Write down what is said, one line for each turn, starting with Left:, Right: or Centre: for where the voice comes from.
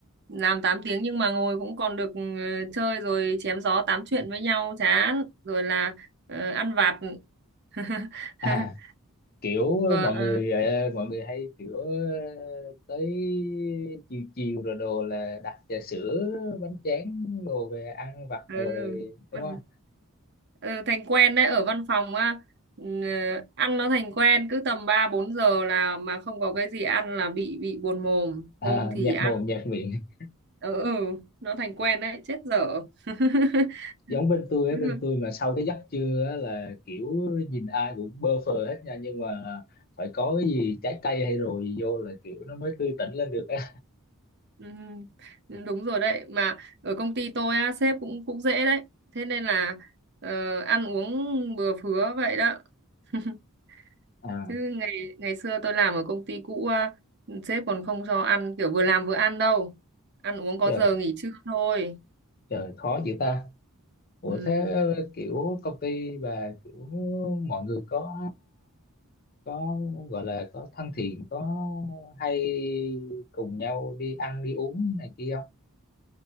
Right: làm 8 tiếng nhưng mà ngồi cũng còn được ừ, chơi rồi chém gió tám chuyện với nhau chán, rồi là ờ, ăn vặt. <laughs>
Left: à kiểu
Right: Vâng,
Left: ờ, mọi
Right: à,
Left: người ờ, mọi người hay kiểu ờ, tới chiều chiều rồi đồ là đặt trà sữa bánh tráng đồ về ăn vặt
Right: ừ.
Left: rồi đúng
Right: Còn-
Left: không
Right: ừ, thành quen đấy ở văn phòng á ừ, ăn nó thành quen cứ tầm 3 4 giờ là mà không có cái gì ăn là bị bị buồn mồm
Left: à,
Right: hôm thì
Left: nhạt
Right: ăn
Left: mồm nhạt miệng <laughs>
Right: ừ, ừ nó thành quen đấy chết dở <laughs>
Left: giống bên tôi á bên tôi mà sau cái giấc trưa á là kiểu nhìn ai cũng bơ phờ hết nha nhưng mà phải có cái gì trái cây hay rồi vô là kiểu nó mới tươi tỉnh lên được á
Right: Ừ, ừ, đúng rồi đấy mà ở công ty tôi á sếp cũng cũng dễ đấy thế nên là ờ, ăn uống bừa phứa vậy đó <laughs>
Left: à,
Right: chứ ngày ngày xưa tôi làm ở công ty cũ á, sếp còn không cho ăn kiểu vừa làm vừa ăn đâu ăn uống có
Left: trời
Right: giờ nghỉ trưa thôi
Left: trời khó dữ ta Ủa
Right: ừ.
Left: thế kiểu công ty bà kiểu mọi người có có gọi là có thân thiện có hay cùng nhau đi ăn đi uống này kia không?